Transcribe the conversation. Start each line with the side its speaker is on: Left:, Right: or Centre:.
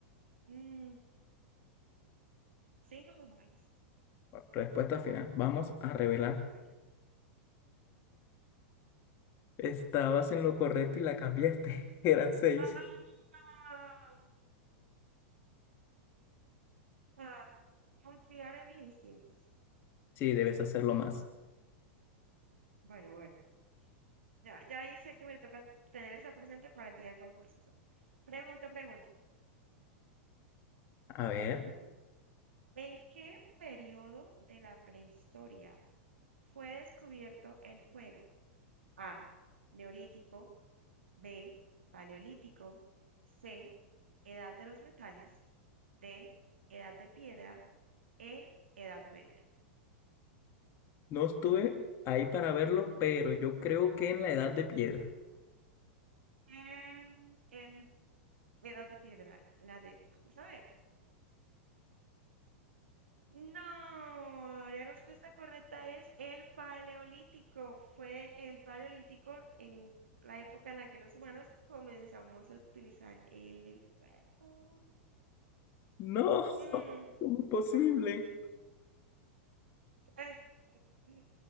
Right: Mm, cinco jugadores.
Left: Respuesta final. Vamos a revelar.
Right: Ok.
Left: Estabas en lo correcto y la cambiaste. <laughs> Eran seis.
Right: Ah, ah, confiar en mis instintos.
Left: Sí, debes hacerlo más.
Right: Bueno, bueno. Ya, ya hice que me toca tener esa presente para el día del concurso. Pregunta, pregunta.
Left: A ver,
Right: ¿En qué periodo de la prehistoria fue descubierto el fuego? A. Neolítico. B. Paleolítico. C. Edad de los metales. D. Edad de piedra. E. Edad media.
Left: no estuve ahí para verlo, pero yo creo que en la edad de piedra.
Right: Em, el Edad de piedra, la D. Vamos a ver. No, la respuesta correcta es el paleolítico. Fue el paleolítico en la época en la que los humanos comenzamos a utilizar el fuego.
Left: No,
Right: Mm,
Left: <laughs> ¿cómo es posible?
Right: vale. Eh, mm, mm,